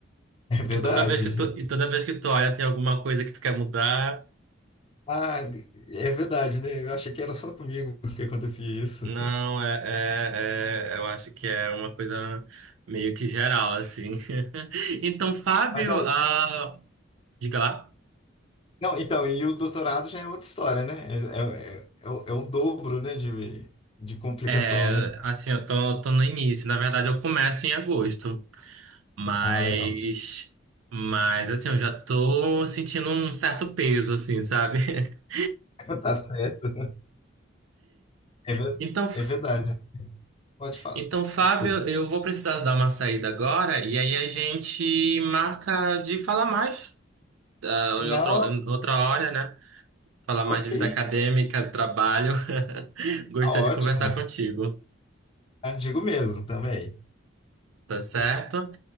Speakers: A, on the left; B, on the right.
A: é verdade.
B: E toda vez que tu, e toda vez que tu olha, tem alguma coisa que tu quer mudar.
A: Ah, é verdade, né? Eu achei que era só comigo que acontecia isso.
B: Não, é, é- é- eu acho que é uma coisa meio que geral, assim. <laughs> Então, Fábio,
A: Mas ah,
B: ah, diga lá.
A: não, então, e o doutorado já é outra história, né? É, é, é, o, é o dobro, né, de, de complicação,
B: É,
A: né?
B: assim, eu tô, tô no início. Na verdade, eu começo em agosto, mas,
A: Ah, legal.
B: mas assim, eu já tô sentindo um certo peso, assim, sabe? <laughs>
A: <laughs> Tá certo. É, ver-
B: Então, F-
A: é verdade. Pode falar.
B: então, Fábio,
A: Desculpa.
B: eu vou precisar dar uma saída agora e aí a gente marca de falar mais, ah, em outra,
A: Não,
B: em outra hora, né? falar mais
A: ok,
B: de vida acadêmica, trabalho. <laughs> Gostei
A: tá
B: de
A: ótimo.
B: conversar contigo,
A: Ah, Digo mesmo também.
B: tá certo?
A: Tá